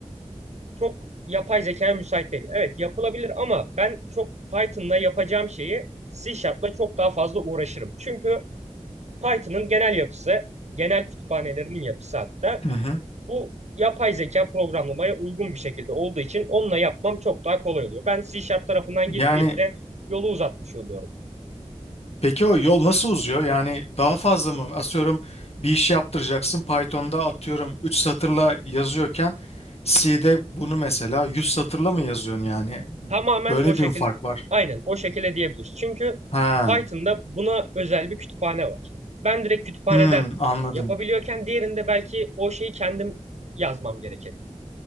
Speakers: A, on the right (about 65°); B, on the left (about 55°).
A: çok yapay zekaya müsait değil. Evet yapılabilir ama ben çok Python'la yapacağım şeyi C Sharp'la çok daha fazla uğraşırım. Çünkü Python'ın genel yapısı, genel kütüphanelerinin yapısı hatta
B: Hı hı.
A: bu yapay zeka programlamaya uygun bir şekilde olduğu için onunla yapmam çok daha kolay oluyor. Ben C Sharp tarafından
B: Yani
A: gittiğimde yolu uzatmış oluyorum.
B: peki o yol nasıl uzuyor? Yani daha fazla mı? Atıyorum bir iş yaptıracaksın. Python'da atıyorum 3 satırla yazıyorken C'de bunu mesela 100 satırla mı yazıyorsun yani?
A: Tamamen
B: Böyle
A: o şekil,
B: bir mi fark var?
A: aynen o şekilde diyebiliriz. Çünkü
B: Ha.
A: Python'da buna özel bir kütüphane var. Ben direkt kütüphaneden
B: Hmm, anladım.
A: yapabiliyorken diğerinde belki o şeyi kendim yazmam gerekebiliyor.